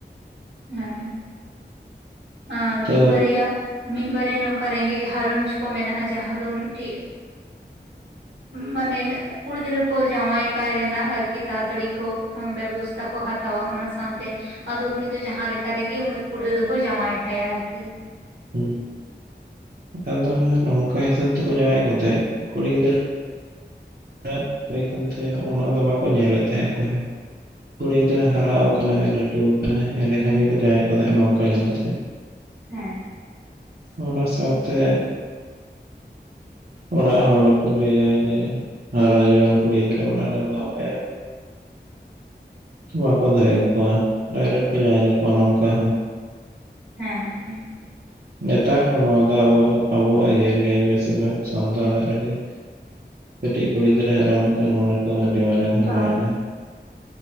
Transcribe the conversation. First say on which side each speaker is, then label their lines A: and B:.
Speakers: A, on the right (about 80°); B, on the right (about 60°).
A: ᱦᱮᱸ, ᱟᱨ
B: ᱛᱚ
A: ᱢᱤᱜ ᱵᱟᱨᱭᱟ ᱢᱤᱫ ᱵᱟᱨᱭᱟ ᱱᱚᱝᱠᱟ ᱨᱮᱸᱜᱮᱡ ᱜᱷᱟᱨᱚᱸᱡᱽ ᱠᱚ ᱢᱮᱱᱟᱜᱼᱟ ᱡᱟᱦᱟᱸ ᱫᱚ ᱢᱤᱜᱴᱤ ᱢᱟᱱᱮ ᱠᱩᱲᱤ ᱜᱤᱽᱨᱟᱹ ᱠᱚ ᱡᱟᱶᱟᱭ ᱠᱟᱭ ᱨᱮᱱᱟᱜ ᱟᱨᱠᱤ ᱛᱟᱲᱟ ᱛᱟᱲᱤ ᱠᱚ, ᱵᱮᱵᱚᱥᱛᱟ ᱠᱚ ᱦᱟᱛᱟᱣᱟ ᱚᱱᱟ ᱥᱟᱶᱛᱮ ᱟᱫᱚ ᱩᱱᱤ ᱫᱚ ᱡᱟᱦᱟᱸ ᱞᱮᱠᱟ ᱨᱮᱜᱮ ᱩᱱᱤ ᱠᱩᱲᱤ ᱜᱤᱫᱽᱨᱟᱹ ᱫᱚᱠᱚ ᱡᱟᱶᱟᱭ ᱠᱟᱭᱟ ᱟᱨᱠᱤ᱾
B: ᱦᱩᱸ ᱟᱫᱚ ᱱᱟᱦᱟᱜ ᱱᱚᱝᱠᱟ ᱦᱤᱥᱟᱹᱵ ᱛᱮᱠᱚ ᱡᱟᱶᱟᱭ ᱮᱫ ᱠᱚ ᱛᱟᱦᱮᱸ ᱠᱩᱲᱤ ᱜᱤᱫᱽᱨᱟᱹᱨ <unintelligible> ᱦᱩᱭ ᱠᱟᱱ ᱛᱟᱭᱟ ᱚᱱᱟ ᱫᱚ ᱵᱟᱠᱚ ᱧᱮᱞᱮᱫ ᱛᱟᱦᱮᱸᱜ ᱚᱠᱚᱭ ᱦᱚᱸ, ᱠᱩᱲᱤ ᱜᱤᱫᱽᱨᱟᱹ ᱦᱟᱨᱟᱣ ᱟᱠᱟᱱᱟᱭ ᱞᱟᱹᱴᱩ ᱟᱠᱟᱱᱟᱭ ᱮᱸᱰᱮᱠᱷᱟᱱ ᱜᱮᱠᱚ ᱡᱟᱶᱟᱮᱫ ᱠᱚ ᱛᱟᱦᱮᱸᱜ ᱱᱚᱝᱠᱟ ᱧᱮᱞ ᱠᱟᱛᱮ᱾
A: ᱦᱮᱸ,
B: ᱚᱱᱟ ᱥᱟᱶᱛᱮ ᱚᱲᱟᱜ ᱦᱚᱲ ᱠᱚ ᱞᱟᱹᱭᱟ ᱡᱮ ᱦᱟᱨᱟ ᱡᱩᱣᱟᱹᱱ ᱠᱩᱲᱤ ᱜᱤᱫᱽᱨᱟᱹ ᱚᱲᱟᱜ ᱨᱮᱢ ᱫᱚᱦᱚ ᱠᱟᱭᱟ, ᱛᱚ ᱵᱟᱠᱚ ᱫᱚᱦᱚᱭᱮᱜ ᱠᱚᱣᱟ ᱰᱟᱭᱨᱮᱠᱴ ᱠᱚ ᱡᱟᱶᱟᱭ ᱠᱟᱠᱚᱣᱟ ᱱᱚᱝᱠᱟ ᱦᱚᱸ᱾
A: ᱦᱮᱸ, ᱦᱩᱸ,
B: ᱱᱮᱛᱟᱨ ᱦᱚᱸ ᱱᱚᱣᱟ ᱫᱚ ᱟᱵᱚ ᱟᱵᱚᱣᱟᱜ ᱤᱭᱟᱹ ᱨᱮᱜᱮ ᱵᱮᱥᱤᱨ ᱵᱷᱟᱜ ᱥᱟᱱᱛᱟᱲᱟᱜ ᱨᱮᱜᱮ, ᱠᱟᱹᱴᱤᱡ ᱠᱩᱲᱤ ᱜᱤᱫᱽᱨᱟᱹ ᱦᱟᱨᱟ ᱞᱮᱠᱷᱟᱱ ᱢᱚᱱᱮ ᱟᱠᱚ ᱟᱹᱰᱤ ᱢᱟᱨᱟᱝ ᱦᱚᱨᱟᱭᱮᱱᱟ,
A: ᱚ